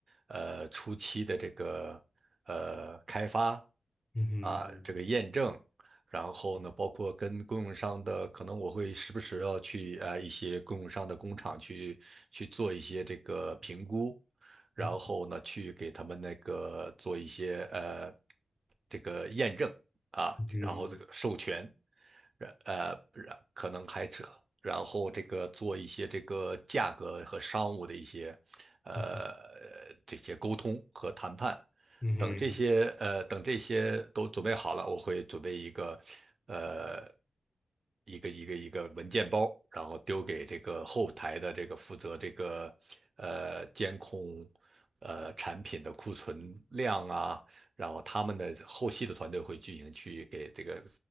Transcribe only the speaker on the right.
呃初期的这个呃开发
啊，这个验证。然后呢，包括跟供应商的，可能我会时不时要去呃一些供应商的工厂去去做一些这个评估，然后呢去给他们那个做一些呃
这个验证啊，
然后这个授权，然呃然可能还扯然后这个做一些这个价格和商务的一些呃这些沟通和谈判。
等这些呃，等这些都准备好了，我会准备一个呃一个一个一个文件包，然后丢给这个后台的这个负责这个呃监控呃产品的库存量啊，然后他们的后期的团队会进行去给这个